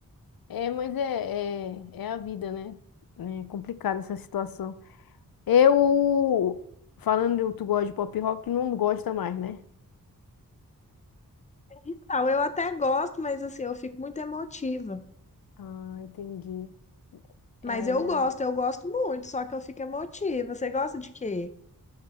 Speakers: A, on the left; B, on the left.
A: É, mas é, é, é a vida, né? É complicada essa situação. Eu, falando que tu gosta de pop rock, não gosta mais, né?
B: Então, eu até gosto, mas assim, eu fico muito emotiva.
A: Ah, entendi. É,
B: Mas eu
A: não.
B: gosto, eu gosto muito, só que eu fico emotiva. Você gosta de quê?